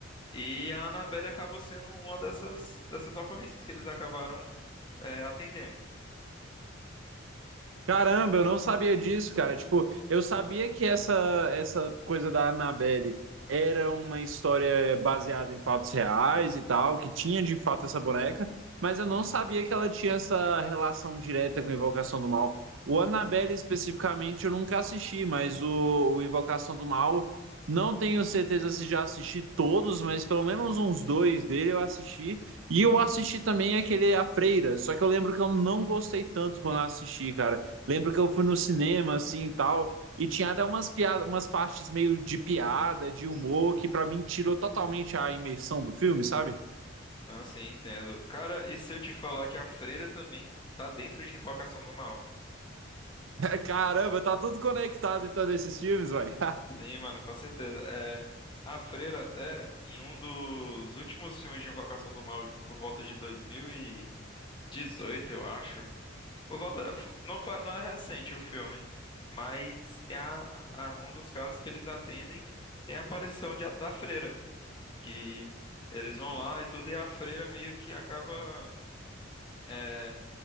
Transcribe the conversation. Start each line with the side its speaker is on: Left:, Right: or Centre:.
Left: E a Annabelle acabou sendo uma dessas, dessas ocorrências que eles acabaram é, atendendo.
Right: Caramba, eu não sabia disso, cara. Tipo, eu sabia que essa essa coisa da Annabelle era uma história baseada em fatos reais e tal, que tinha de fato essa boneca, mas eu não sabia que ela tinha essa relação direta com a Invocação do Mal. O Annabelle especificamente eu nunca assisti, mas o, o Invocação do Mal, não tenho certeza se já assisti todos, mas pelo menos uns dois dele eu assisti. E eu assisti também aquele A Freira, só que eu lembro que eu não gostei tanto quando eu assisti, cara. Lembro que eu fui no cinema, assim, e tal, e tinha até umas piadas, umas partes meio de piada, de humor, que pra mim tirou totalmente a imersão do filme, sabe?
Left: Ah, sim, entendo. Cara, e se eu te falar que a freira também tá dentro de Invocação do Mal?
Right: <laughs> Caramba, tá tudo conectado então nesses filmes, vai.
Left: Sim, mano, com certeza. É, a freira até, em um dos últimos filmes de Invocação do Mal, por volta de 2018, eu acho. Por volta, não, fa- não é recente o filme, mas tem a, a- um dos casos que eles atendem tem a aparição de- da freira. que eles vão lá e tudo, e a freira meio que acaba é,